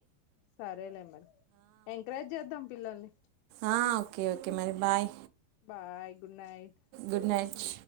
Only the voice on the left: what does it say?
సరేలే మరి ఎంకరేజ్ చేద్దాం పిల్లల్ని
bye good night